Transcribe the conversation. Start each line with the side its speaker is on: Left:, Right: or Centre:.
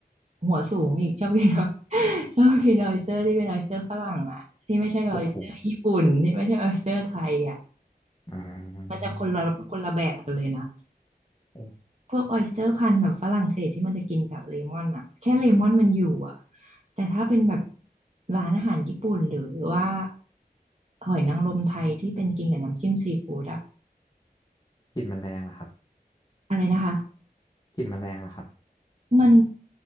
Right: หัวสูงอีกชอบกิน <laughs> ชอบกินออยสเตอร์ที่เป็นออยสเตอร์ฝรั่งอะที่ไม่ใช่ออยสเตอร์ญี่ปุ่นที่ไม่ใช่ออยสเตอร์ไทยอะ
Left: โอ้โหอ่า
Right: มันจะคนละคนละแบบกันเลยนะ
Left: โอ้
Right: พวกออยสเตอร์พันธุ์แบบฝรั่งเศสที่มันจะกินกับเลมอนอะแค่เลมอนมันอยู่อะแต่ถ้าเป็นแบบร้านอาหารญี่ปุ่นหรือว่าหอยนางรมไทยที่เป็นกินกับน้ำจิ้มซีฟู้ดอะ
Left: กลิ่นมันแรงนะครับ
Right: อะไรนะคะ
Left: กลิ่นมันแรงนะครับ
Right: มัน